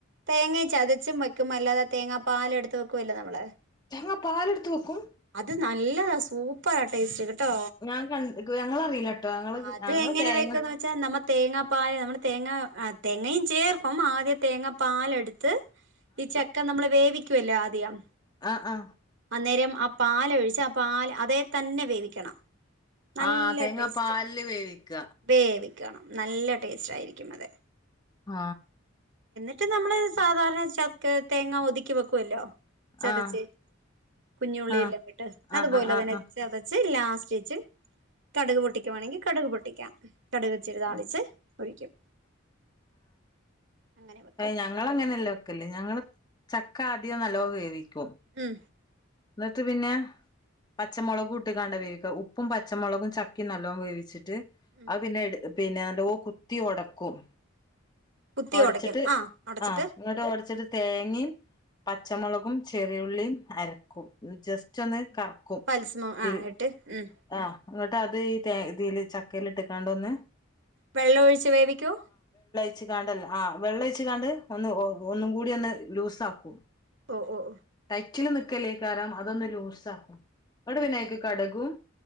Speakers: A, on the right; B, on the left.
A: തേങ്ങ ചതച്ചും വയ്ക്കുമ്പോ അല്ലാതെ തേങ്ങാ പാല് എടുത്ത് കുല്ലേ നമ്മളെ
B: തേങ്ങ പാലെടുത്ത് വക്കും
A: ഇത് നല്ലതാ സൂപ്പറ ആ ടേസ്റ്റ് കി ട്ടോ
B: ഞാൻ കണ്ട് ഞങ്ങളറിയില്ലട്ടോ ഞങ്ങള്
A: അത്
B: ഞങ്ങള്
A: എങ്ങനെ
B: തേങ്ങ
A: വെക്കന്ന് വെച്ചാൽ നമ്മ തേങ്ങാപ്പാൽ നമ്മ തേങ്ങ ആ തേങ്ങയും ചേർക്കും ആദ്യ തേങ്ങ പാലെടുത്ത് ഈ ചക്ക നമ്മള് വേവിക്കുവല്ലോ ആദ്യം
B: ആ ആ
A: അന്നേരം ആ പാല് ഒഴിച്ച് ആ പാൽ അതേ തന്നെ വേവിക്കണം നല്ല
B: ആഹ് തേങ്ങ
A: ടേസ്റ്റ്
B: പാലില് വേവിക്ക
A: വേവി കണം നല്ല ടേസ്റ്റ് ആയിരിക്കും അത്
B: ആ
A: മറ്റ നമ്മള് സാധാരണ ച തേങ്ങ ഒതുക്കി വെക്കുവല്ലോ ചതച്ചി
B: ആഹ്
A: കുഞ്ഞുള്ളില്ലാം
B: ആഹ്
A: വിട്ട്
B: ആഹ്
A: അത്പോലോ
B: ആഹ്
A: തന്നെ
B: ആഹ്
A: ചതച്ചി ച്ച് ലാസ്റ്റ് വച്ച് കടുക് പൊട്ടിക്കുവാണെങ്കിൽ കടുക് പൊട്ടിക്കാം കടുക ചെടി താളിച്ച്
B: ആഹ്
A: ഒഴിക്കും അങ്ങനെ വെക്കും
B: അ ഞങ്ങ അങ്ങനെല്ല വെക്കൽ ഞങ്ങള് ചക്ക ആധികം നല്ലോ വേവിക്കോ
A: ഉം
B: എന്നിട്ട് പിന്നെ പച്ചമുളക് ഇട്ടക്കണ്ട് വേവിക്ക ഉപ്പും പച്ചമുളകും ചക്കി നല്ലോണം വേവിച്ചി ട്ട്
A: ഉം
B: ആ പിന്നെ പിന്നെല്ലോ കുത്തി ഉടക്കും
A: കുത്തി
B: ഓടിച്ചിട്ട്
A: ഒടയ്ക്കും ആ ഒടച്ചിട്ട്
B: ആഹ് ഇങ്ങോട്ട് ഓടിച്ചിട്ട് തേങ്ങയും പച്ചമുളകും ചെറിയുള്ളിയും അരക്കും ജസ്റ്റ് ഒന്ന് കറക്കും
A: പൽസ്മോ
B: ഇതിൽ
A: ആ ഇട്ട് ഉം
B: ആഹ് അങ്ങോട്ട് അത് ഈ ഇതിൽ ചക്കൽ ഇട്ടക്കാണ്ട ഒന്ന്
A: വെള്ളം ഒഴിച്ചു വേവിക്കൂ
B: ച്ച് കാണ്ടല്ല ആ വെള്ളം ഒഴിച്ച് കാണ്ട് ഒന്ന് ഒന്നും കൂടി ഒന്ന് ലൂസ് ആക്കും
A: ഓ ഓ ഓ
B: അച്ചിൽ നിക്കലേ കാരം അതൊന്ന് ലൂസ ആക്കും അവിടെ
A: ഉം
B: വിനയക്ക്
A: ഉം
B: കടകും